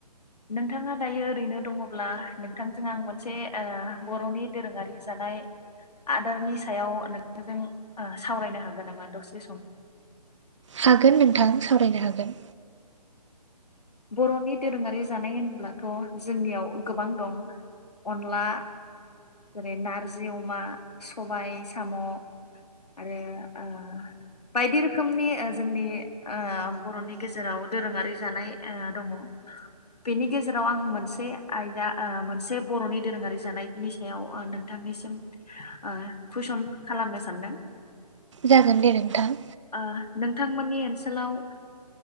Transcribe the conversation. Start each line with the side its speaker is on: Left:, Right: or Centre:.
Left: नोंथाङा दायो ओरैनो दङब्ला नोंथांजों आं मोनसे ओ बर'नि दोरोङारि जानाय आदारनि सायाव नोंथांजों ओ सावरायनो हागोन नामा दसे सम?
Right: हागोन नोंथां सावरायनो हागोन।
Left: बर'नि दोरोङारि जानाय होनब्लाथ' जोंनियाव गोबां दं अनला जेरै नारजि अमा सबाय साम' आरो ओ बायदि रोखोमनि ओ जोंनि आ बर'नि गेज जेराव दोरोङारि जानाय ओ दङ बेनि गेजेराव आं मोनसे आयदा आ मोनसे बर'नि दोरोङारि जानायनि सायाव नोंथांनिसिम आ खुइसन खालामनो सानदों?
Right: जागोन दे नोंथां।
Left: ओ नोंथांमोननि ओनसोलाव